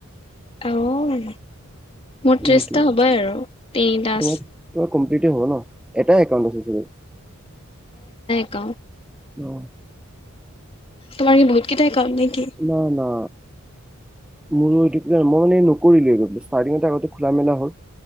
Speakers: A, on the left; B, in the centre.
A: আহ মোৰ
B: সেইটোৱে।
A: ত্ৰিশটা হ'বই আৰু তিনিটাচ।
B: তোমাৰ তোমাৰ কমপ্লিটে হ'ব ন এটাই একাউণ্ট আছে চাগে।
A: ক।
B: অ।
A: তোমাৰ বহুত কেইটা। একাউণ্ট নেকি?
B: না না। মোৰো এই দিগডাৰ মই মানে নকৰিলোঁয়ে একোটো ষ্টাৰডিং আগতে খোলা মেলা হ'ল।